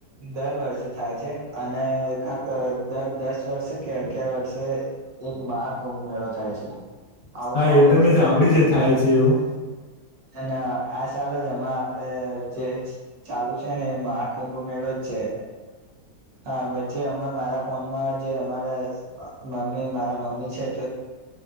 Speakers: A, on the right; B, on the left.
A: દર વર્ષે થાય છે અને કક દર દસ વર્ષે. અગયાર વર્ષે એક મહાકુંભ મેળો થાય છે. આવું
B: હા
A: પણ
B: એ
A: હોય
B: તમે સાંભળું છે, થાય છે એવું.
A: અને આ ચાલ જ હણા આપડે જે ચાલુ છે ને એ મહાકુંભ મેળો. એ હ વચચે હમણાં મારા ફોનમાં જે અમારા મમ્મી. મમ્મી છે